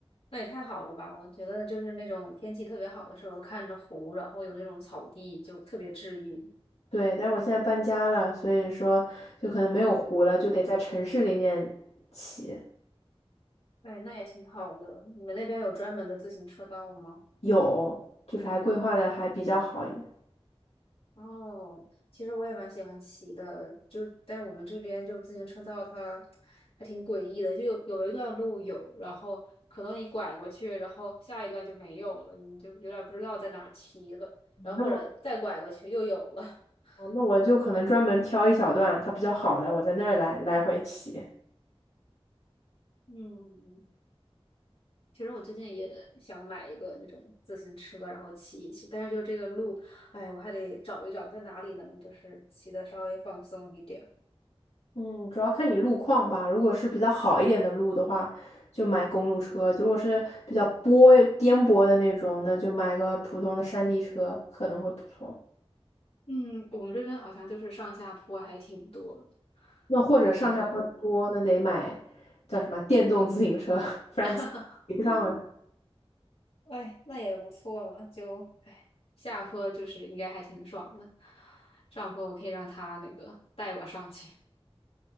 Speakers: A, on the left; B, on the left.
A: 那也太好了吧！我觉得就是那种天气特别好的时候，看着湖，然后有那种草地，就特别治愈。
B: 对，但是我现在搬家了，所以说就可能没有湖了，就得在城市里面骑。
A: 哎，那也挺好的。你们那边有专门的自行车道吗？
B: 有，就是还规划的还比较好一点。
A: 哦，其实我也蛮喜欢骑的，就但是我们这边就自行车道它还挺诡异的，就有有一段路有，然后可能你拐过去，然后下一段就没有了，你就有点不知道在哪儿骑了，然后或者再拐过去又有了。
B: 那我
A: <laughs>
B: 那我就可能专门挑一小段它比较好的，我在那儿来来回骑。
A: 嗯，其实我最近也想买一个那种自行车，然后骑一骑，但是就这个路，哎，我还得找一找在哪里能就是骑的稍微放松一点。
B: 嗯，主要看你路况吧。如果是比较好一点的路的话，就买公路车；如果是比较波颠簸的那种，那就买个普通的山地车可能会不错。
A: 嗯，我们这边好像就是上下坡还挺多的
B: 那或者上下坡多，
A: 感觉
B: 那得买叫什么电动自行车，<laughs> 不然骑
A: <laughs>
B: 不上了。
A: 哎，那也不错嘛，就哎，下坡就是应该还挺爽的，上坡我可以让他那个带我上去。<laughs>